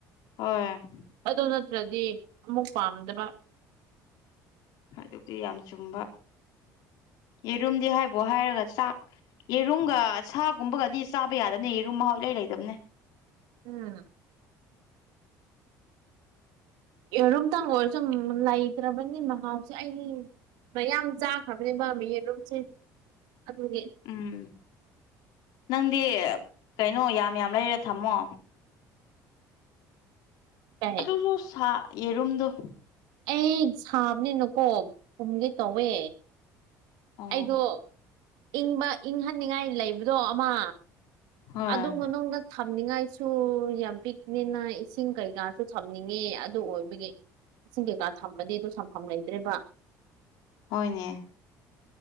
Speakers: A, on the left; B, on the right.
A: ꯑꯣ
B: ꯑꯗꯨ ꯅꯠꯇ꯭ꯔꯗꯤ ꯑꯃꯨꯛ ꯄꯥꯝꯗꯕ
A: ꯍꯥꯏꯗꯧꯗꯤ ꯌꯥꯝ ꯆꯨꯝꯕ ꯌꯦꯔꯨꯝꯗꯤ ꯍꯥꯏꯕꯣ ꯍꯥꯏꯔꯒ ꯆꯥꯛ ꯌꯦꯔꯨꯝꯒ ꯁꯥꯒꯨꯝꯕꯒꯗꯤ ꯆꯥꯕ ꯌꯥꯗꯕꯅꯦ ꯌꯦꯔꯨꯝ ꯃꯍꯥꯎ ꯂꯩꯔꯗꯕꯅꯦ
B: ꯎꯝ ꯔꯣꯝꯇꯪ ꯑꯣꯏꯔꯁꯨꯨꯝ ꯂꯩꯈ꯭ꯔꯕꯅꯤ ꯃꯍ ꯁꯤ ꯑꯩꯅꯤ ꯃꯌꯥꯝ ꯆꯥꯈ꯭ꯔꯕꯅꯦ ꯃꯥꯝꯃꯤ ꯌꯦꯔꯨꯝꯁꯦ ꯑꯗꯨꯒꯤ <unintelligible>
A: ꯎꯝ ꯅꯪꯗꯤ ꯀꯩꯅꯣ ꯌꯥꯝ ꯌꯥꯝ ꯂꯩꯔꯦ ꯊꯝꯃꯣ
B: ꯀꯩ
A: ꯑꯗꯨꯁꯨ ꯁꯥ ꯌꯦꯔꯨꯝꯗꯣ
B: ꯑꯩ ꯁꯥꯕꯅꯤꯅꯨꯀꯣ ꯄꯨꯝꯗꯤꯩ ꯇꯧꯋꯦ
A: ꯑ
B: ꯑꯩꯗꯣ ꯏꯪꯕ ꯏꯪꯍꯟꯅꯤꯡꯉꯥꯏ ꯂꯩꯕꯗꯣ ꯑꯃ
A: ꯍꯣꯏ
B: ꯑꯗꯨꯗ ꯊꯝꯅꯤꯡꯉꯥꯏꯁꯨ ꯌꯥꯝ ꯄꯤꯛꯅꯤꯅ ꯏꯁꯤꯡ ꯀꯩꯀꯥꯁꯨ ꯊꯝꯅꯤꯡꯉꯦ ꯑꯗꯨ ꯑꯣꯏꯕꯒꯤ ꯏꯁꯤꯡ ꯀꯩꯀꯥ ꯊꯝꯃꯗꯤ ꯑꯗꯨ ꯁꯝꯐꯝ ꯂꯩꯇ꯭ꯔꯦꯕ
A: ꯍꯣꯏꯅꯦ